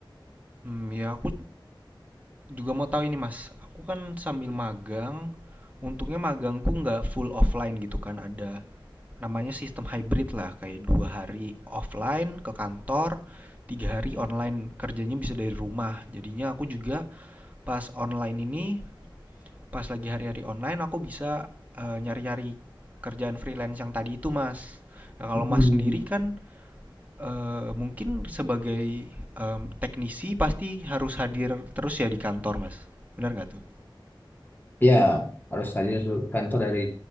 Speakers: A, on the right; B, on the left.
A: Hmm, ya aku juga mau tahu ini Mas. Aku kan sambil magang, untungnya magangku nggak full offline gitu kan ada namanya sistem hybrid lah kayak dua hari offline ke kantor tiga hari online kerjanya bisa dari rumah jadinya aku juga pas online ini pas lagi hari-hari online aku bisa eh, nyari-nyari kerjaan freelance yang tadi itu mas nah kalau
B: mm
A: mas sendiri kan eh, mungkin sebagai em, teknisi pasti harus hadir terus ya di kantor mas benar nggak tuh
B: ya harus hadir kantor dari